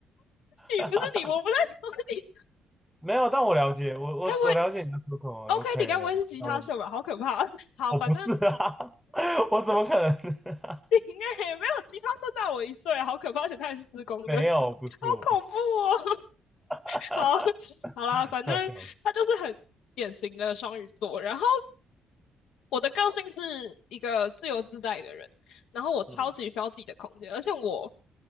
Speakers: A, on the left (about 85°); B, in the centre.
A: 你不是你，
B: <laughs>
A: 我不在说你，
B: 没有，但我了解，我我我了解你在说什么，OK
A: 该不会 OK？你该不会是吉他社吧？
B: 的，那我
A: 好可怕！<laughs> 好，
B: 我不是啊，
A: 反正
B: <laughs> 我怎么可能？<laughs>
A: 你应该也没有吉他社大我一岁啊，好可怕，而且他也是自工的，
B: 没有，不是，
A: 好恐怖哦。
B: 我不是，<laughs>
A: 好，<laughs> 好啦，反正他就是很典型的双鱼座。
B: 快笑死，
A: 然后我的个性是一个自由自在的人，然后我超级需要自己的空间，
B: 嗯。
A: 而且我